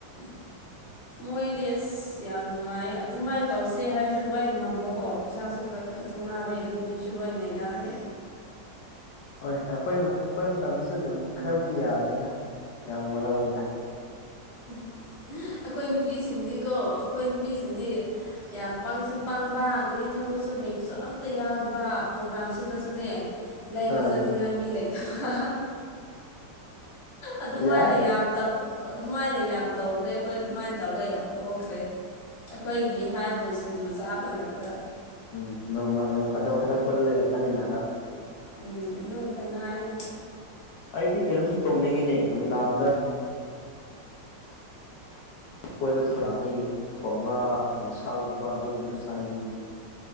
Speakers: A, on the left; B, on the left.
A: <inaudible> ꯃꯣꯏꯗꯤ ꯑꯁ ꯌꯥꯝ ꯅꯨꯡꯉꯥꯏ ꯑꯗꯨꯃꯥꯏꯅ ꯇꯧꯁꯦ ꯍꯥꯏꯔꯁꯨ ꯑꯗꯨꯋꯥꯏ ꯉꯝꯕꯀꯣ ꯄꯩꯁꯥꯁꯨ ꯈꯔ ꯈꯔ ꯍꯥꯊꯣꯅꯔꯦ ꯒꯗꯤꯁꯨꯂꯣꯏ ꯅꯩꯅꯅꯔꯦ
B: ꯍꯣꯏ ꯑꯩꯈꯣꯏ ꯑꯩꯈꯣꯏ ꯃꯇꯝꯗꯁꯨ ꯑꯗꯨꯝ ꯈꯔꯕꯨꯗꯤ ꯌꯥꯒꯅꯤꯗ ꯌꯥꯝ ꯋꯥꯔꯅꯤꯗ
A: <inaudible> ꯑꯩꯈꯣꯏ ꯅꯨꯄꯤꯁꯤꯡꯗꯤꯀꯣ ꯑꯩꯈꯣꯏ ꯅꯨꯄꯤꯁꯤꯡꯗꯤ ꯌꯥꯝ ꯄꯪꯁꯨ ꯄꯥꯡꯕ ꯒꯥꯔꯤ ꯊꯧꯕꯁꯨ ꯍꯩꯕꯁꯨ ꯑꯝꯇ ꯌꯥꯎꯗꯕ ꯄ꯭ꯔꯣꯒ꯭ꯔꯥꯝ ꯁꯤꯜꯂꯁꯨꯅꯦ ꯂꯩꯕ
B: ꯑꯥ
A: ꯆꯥꯅꯤꯡꯉꯥꯏ ꯃꯤ ꯂꯩꯇꯕ ꯑꯗꯨꯃꯥꯏꯅ
B: ꯌꯥꯏ
A: ꯌꯥꯝ ꯇꯧ ꯑꯗꯨꯃꯥꯏꯅ ꯌꯥꯝ ꯇꯧꯈ꯭ꯔꯦ ꯑꯩꯈꯣꯏ ꯑꯗꯨꯃꯥꯏꯅ ꯇꯧꯔꯒ ꯌꯥꯝ ꯇꯣꯛꯈ꯭ꯔꯦ ꯑꯩꯈꯣꯏꯒꯤ ꯍꯥꯏꯔꯤꯕꯣꯠꯁꯤꯡꯖ ꯆꯥꯕ ꯉꯥꯛꯇ
B: ꯎꯝ ꯅꯣꯡꯃ ꯅꯣꯡ ꯐꯥꯗꯣꯛ ꯈꯔ ꯄꯨꯜꯂꯒ ꯆꯥꯃꯤꯟꯅꯕ
A: ꯎꯝ ꯎ ꯇ ꯉꯥꯏ ꯍꯥꯏꯗꯤ
B: ꯑꯩꯗꯤ ꯀꯩꯅꯣꯁꯨ ꯇꯧꯅꯤꯡꯉꯤꯅꯦ ꯅꯨꯡꯗꯥꯡꯗ ꯀꯣꯏꯕ ꯆꯧꯗꯥꯥꯡꯗ ꯊꯣꯡꯕ ꯌꯦꯟꯁꯥꯒꯨꯝꯕ ꯑꯗꯨꯒꯨꯝꯕꯁꯨ ꯆꯥꯅꯤꯡꯉꯅꯤ